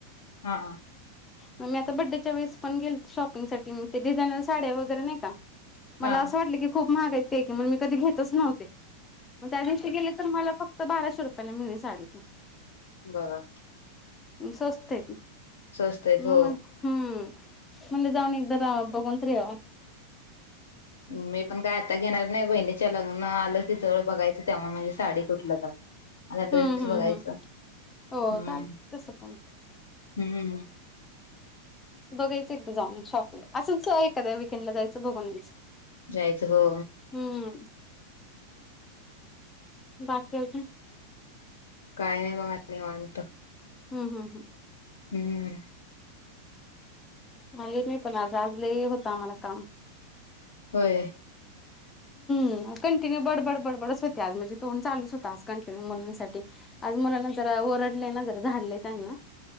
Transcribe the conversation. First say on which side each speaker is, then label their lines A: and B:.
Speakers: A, on the left; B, on the left.
A: हा.
B: मग मी आता बड्डेच्या वेळेस पण गेलते शॉपिंगसाठी, मग ते डिझायनर साड्या वगैरे नाही का मला
A: हा
B: असं वाटलं की खूप महाग हायत ते की, म्हणून मी कधी घेतच नव्हते. मग त्या दिवशी गेले तर मला फ तर बाराशे रुपयाला मिळेली साडी ती.
A: बघा
B: <inaudible> स्वस्ते <inaudible> मग
A: स्वस्त आहेत हो
B: म्हणू हम्म, म्हणलं जावूण एकदा बघून तरी यावा.
A: मी पण काय आता घेणार नाही. बहिणीच्या लग्न आलं की जवळ बघायचं, तेव्हा म्हणजे साडी कुठलं जा आता ड्रेस
B: हम्म हम्म
A: बघायचं.
B: हम्म
A: <inaudible>
B: हो
A: हम्म
B: चालत तसं पण
A: <inaudible> हम्मम् <inaudible>
B: बघायचं एकदा जाऊन शॉपला. असंच एकद्या विककेंडला जायचं बघून घ्यायचं.
A: जायचं हो.
B: हम्म बाकी अजून?
A: काही नाही बघा निवांत.
B: हम् हम् हम.
A: हम्म हम्म हम्म.
B: आले नाही पण आज. आज लयं होत आम्हाला काम.
A: होय <inaudible>
B: हम्म कंटिन्यू बडबड बडबडच होते आज माझी. तोंड चालच हो आज कंटिन्यू मुलींसाठी. आज मुलांना जरा ओरडले ना, जरा झाडले त्यांना.